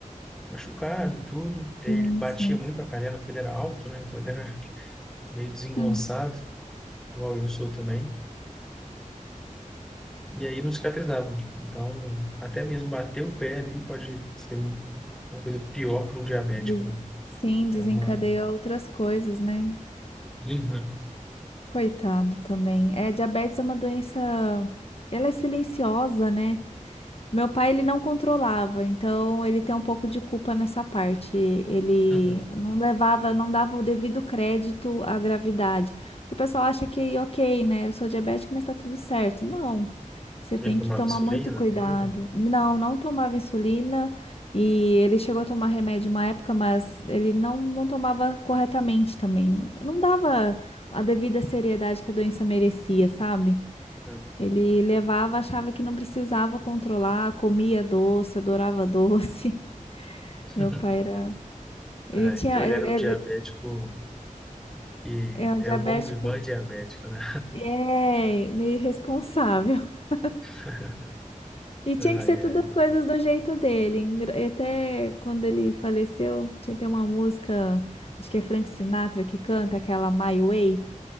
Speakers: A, in the centre; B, on the left (about 45°).
A: machucado, tudo. E
B: Sim,
A: aí ele batia
B: sim.
A: muito a canela, porque ele era alto, né? Então ele era meio desengonçado,
B: Hum.
A: igual eu sou também. E aí não cicatrizava. Então, até mesmo bater o pé ali pode ser um- uma coisa pior para um diabético,
B: Des-
A: né?
B: Sim, desencadeia
A: Era uma
B: outras coisas, né?
A: Uhum.
B: Coitado também. É, diabetes é uma doença. Ela é silenciosa, né? Meu pai, ele não controlava, então ele tem um pouco de culpa nessa parte. Ele
A: Uhum.
B: não levava, não dava o devido crédito à gravidade. O pessoal acha que, ok, né, eu sou diabética, mas tá tudo certo. Não, você tem
A: Ele tomava
B: que tomar
A: insulina,
B: muito
A: né?
B: cuidado.
A: tudo.
B: Não, não tomava insulina e ele chegou a tomar remédio uma época, mas ele não, não tomava corretamente também. Não, não dava a devida seriedade que a doença merecia, sabe?
A: uhum.
B: Ele levava, achava que não precisava controlar, comia doce, adorava doce. <laughs>
A: <laughs>
B: Meu pai era. Ele
A: É,
B: tinha.
A: então ele
B: Ele,
A: era o
B: ele-
A: diabético que
B: é um
A: é
B: diabético.
A: o bom vivan diabético, né?
B: É, meio irresponsável. <laughs>
A: <laughs>
B: E tinha que
A: Ai,
B: ser todas
A: ai.
B: as coisas do jeito dele. Engra- E até quando ele faleceu, tinha que uma música, acho que é Frank Sinatra que canta, aquela My Way.